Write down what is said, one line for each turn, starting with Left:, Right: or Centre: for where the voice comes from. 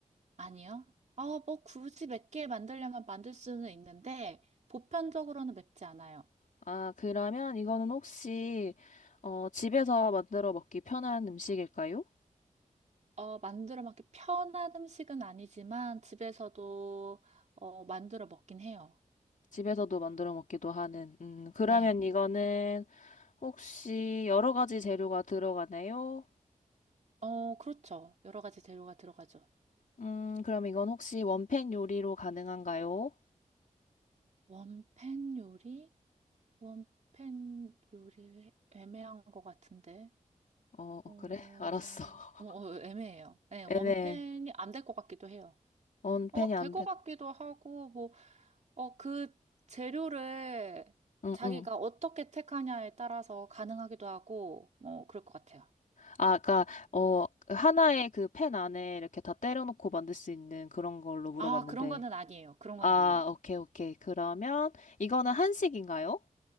Right: 아니요. 어, 뭐 굳이 맵게 만들려면 만들 수는 있는데, 보편적으로는 맵지 않아요.
Left: 아, 그러면 이거는 혹시, 어, 집에서 만들어 먹기 편한 음식일까요?
Right: 어, 만들어 먹기 편한 음식은 아니지만, 집에서도, 어, 만들어 먹긴 해요.
Left: 집에서도 만들어 먹기도 하는. 음, 그러면
Right: 네.
Left: 이거는 혹시 여러 가지 재료가 들어가나요?
Right: 어, 그렇죠. 여러 가지 재료가 들어가죠.
Left: 음, 그럼 이건 혹시 원팬 요리로 가능한가요?
Right: 원팬 요리? 원팬 요리 애매한 것 같은데.
Left: 어, 어,
Right: 어,
Left: 그래? 알았어. <laughs>
Right: 어, 어, 애매해요. 예, 원팬이
Left: 애매해.
Right: 안 될 것 같기도 해요.
Left: 원팬이
Right: 어,
Left: 안
Right: 될 것
Left: 돼.
Right: 같기도 하고, 뭐, 어, 그 재료를
Left: 응,
Right: 자기가
Left: 응.
Right: 어떻게 택하냐에 따라서 가능하기도 하고, 뭐, 그럴 것 같아요.
Left: 아, 그니까, 어, 하나의 그 펜 안에 이렇게 다 때려놓고 만들 수 있는 그런 걸로 물어봤는데.
Right: 아, 그런 거는 아니에요. 그런
Left: 아,
Right: 건 아니에요.
Left: 오케이, 오케이. 그러면, 이거는 한식인가요?